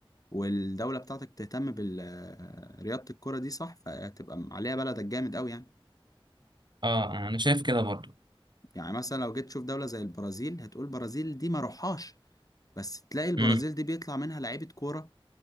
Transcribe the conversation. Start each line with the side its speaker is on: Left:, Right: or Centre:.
Left: والدوله بتاعتك تهتم برياضه الكره دي صح فهتبقى عليها بلدك جامد قوي يعني
Right: اه انا شايف كده برضو
Left: يعني مثلا لو جيت تشوف دوله زي البرازيل هتقول البرازيل دي ما روحهاش بس تلاقي البرازيل
Right: امم
Left: دي بيطلع منها لعيبه كوره